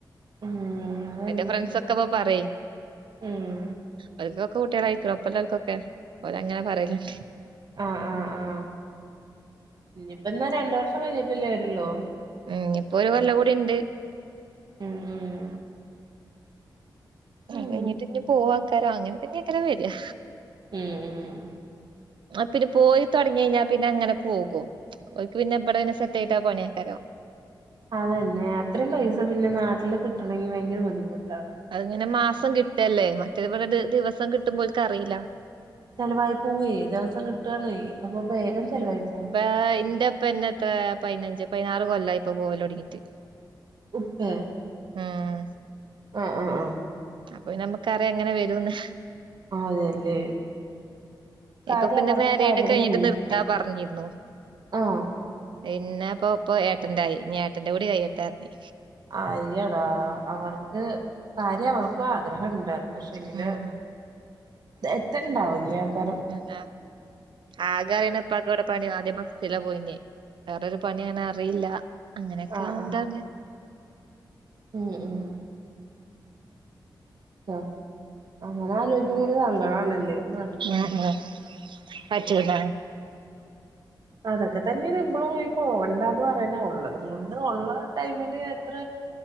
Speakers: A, on the right (about 55°); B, on the right (about 80°).
A: ഉം അതന്നെ
B: എന്റെ ഫ്രണ്ട്സൊക്കെപ്പ പറീം
A: ഉം
B: ഓൽക്കൊ ക്കെ കുട്ട്യളായ്ക്ക്ണ് ഒപ്പലോൽക്കൊക്കെ ഓലങ്ങനെ പറേല്ണ്ട്
A: ആഹ് ആഹ് ആഹ് ഞ്ഞിപ്പന്നാ രണ്ട് വർഷം കഴിഞ്ഞിട്ടല്ലേ വര്ള്ളൂ
B: ഉം ഞ്ഞിപ്പൊ ഒര് കൊല്ലങ്കൂടിണ്ട്
A: ഉം ഉം
B: അത്
A: ഉം
B: കഴിഞ്ഞിട്ട് ഞ്ഞി പോവാക്കാരം അങ്ങൻ തന്നെക്കാരം വര്യാ
A: ഉം ഉം
B: ആഹ് പിന്നെ പോയി തൊടങ്ങി കഴിഞ്ഞാ പിന്നങ്ങനെ പോകും. ഒക്ക് പിന്നെ ഇബടെ പിന്നെ സെറ്റായിട്ടാൻ പണിയെയ്ക്കാരം
A: അതന്നെ അത്രയും പൈസ പിന്നെ നാട്ടില് കിട്ടണങ്കിൽ ഭയങ്കര ബുദ്ധിമുട്ടാണ്
B: അത്ങ്ങനെ മാസം കിട്ടല്ലേ മറ്റേ ഇവടെ ദിവസം കിട്ടുമ്പോൽക്കറീല്ല
A: ചെലവായി പോവേ ദിവസം കിട്ടാണേ അപ്പൊ വേഗം ചെലവായി പോ
B: ആ ഇന്റെ ഇപ്പന്നത്ര പയ്നഞ്ച് പതിനാറ് കൊല്ലായി ഇപ്പ പോവല് തൊടങ്ങീട്ട്
A: ഉപ്പേ
B: ആഹ്
A: ആഹ് ആഹ് ആഹ്
B: അപ്പൊ പിന്നെ നമ്മക്കറിയാ എങ്ങനെ വരുംന്ന്
A: അതെല്ലേ കാര്യം
B: ഇപ്പൊ പിന്നെ
A: അവർക്ക്
B: മാരീഡ്
A: ആഗ്രഹണ്ട്
B: കഴിഞ്ഞിട്ട് നിർത്താ പറഞ്ഞിരുന്നു
A: ആഹ്
B: പിന്നെ പ്പൊ ഇപ്പൊ ഏട്ടന്റായി ഇഞ് ഏട്ടന്റെ കൂടി കഴിയട്ടെ പറഞ്ഞ്
A: അയ്യടാ അവർക്ക് കാര്യ അവർക്കു ആഗ്രഹണ്ട് പക്ഷെങ്കില്
B: ഉം
A: എത്തല് ണ്ടാവൂല്യാക്കാരം
B: പിന്നെ ആകെ അറിയുന്ന ഇപ്പാക്ക് ഇവിടെ പണി ആദ്യം ബസ്സിലാ പോയിന്നേ വേറൊരു പണി അങ്ങനെ അറിയില്ല അങ്ങനെയൊക്കെ
A: ആഹ്
B: ആണ്ടാണ്
A: ആഹ് ഉം ഉം ആ അങ്ങനെ ആലോചിക്കുമ്പ ഒരു സങ്കടാണ്ല്ലേ നാ
B: ഞാ ഞാ പറ്റൂല ല്ലേ
A: അതൊക്കെ തെന്ന്യാണ് നമ്മളും ഈ പോവണ്ടാന്ന് പറയ്ണെ ഒള്ളതും കൊണ്ട് ഒള്ള ടൈമില് എത്ര